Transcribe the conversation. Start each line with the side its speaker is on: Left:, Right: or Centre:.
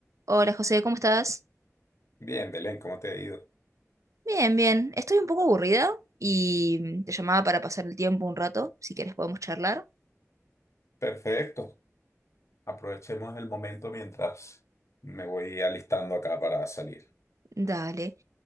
Right: Hola José, ¿cómo estás?
Left: Bien, Belén, ¿cómo te ha ido?
Right: Bien, bien. Estoy un poco aburrida y mm, te llamaba para pasar el tiempo un rato. Si quieres podemos charlar.
Left: Perfecto. Aprovechemos el momento mientras me voy alistando acá para salir.
Right: Dale.